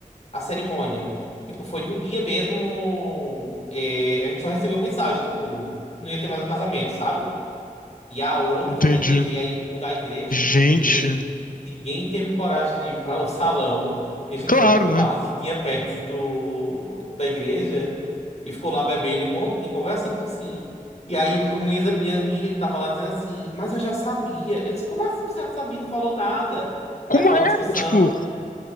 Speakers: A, on the left (about 55°); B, on the left (about 80°).
A: a cerimônia. Tipo, foi no dia mesmo. é, a gente só recebeu mensagem, tipo, não ia ter mais um casamento, sabe? E a outra
B: Entendi.
A: foi na igreja. E aí, o da igreja,
B: Gente.
A: a gente não te- ninguém, ninguém teve coragem de ir para o salão. E a gente
B: Claro,
A: foi para um
B: né?
A: bar que tinha perto do, da igreja e ficou lá bebendo e, con- e conversando, tipo assim. E aí, o- minha, minha amiga que estava lá dizendo assim, mas eu já sabia. Eu disse, como é assim você já sabia? Não falou nada.
B: Como
A: Aí foi
B: é?
A: uma discussão.
B: Tipo.